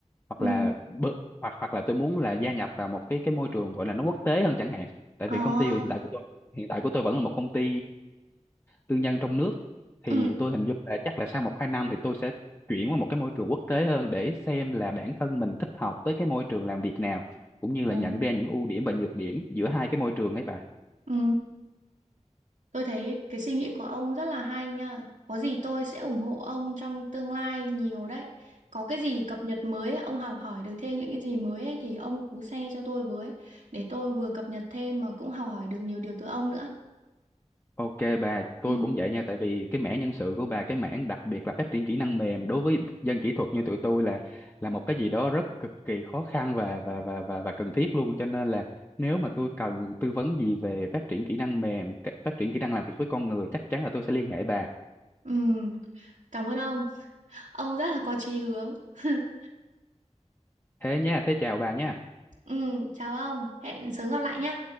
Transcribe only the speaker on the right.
Ừ.
À,
ừ,
Ồ.
ừ. Tôi thấy cái suy nghĩ của ông rất là hay nha. Có gì tôi sẽ ủng hộ ông trong tương lai nhiều đấy. Có cái gì cập nhật mới ấy, ông học hỏi được thêm những cái gì mới ấy, thì ông cứ share cho tôi với để tôi vừa cập nhật thêm mà cũng học hỏi được nhiều điều từ ông nữa.
Ừ.
Ừ. Cảm ơn ông. Ông rất là có chí hướng. <laughs>
Ừ. Chào ông. Hẹn sớm gặp lại nha.